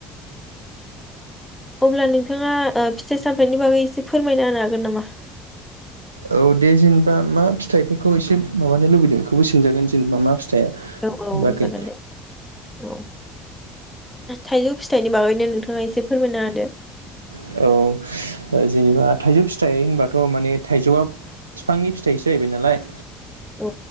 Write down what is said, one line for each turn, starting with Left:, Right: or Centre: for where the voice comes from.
Centre: अब्ला नोंथाङा ओ फिथाइ सामथायनि बागै एसे फोरमायना होनो हागोन नामा?
Right: औ दे जेनेबा मा फिथाइफोरखौ एसे माबानो लुबैदों बेखौबो सोंजागोन जेनेबा मा फिथाया
Centre: औ औ
Right: बाखै
Centre: जागोन दे औ थाइजौ फिथाइनि बागैनो नोंथाङा एसे फोरमायनो हादो।
Right: औ जेनेबा थाइजौ फिथाइ होनबाथ माने थाइजौआ बिफांनि फिथाइसो जाहैबाय नालाय।
Centre: औ।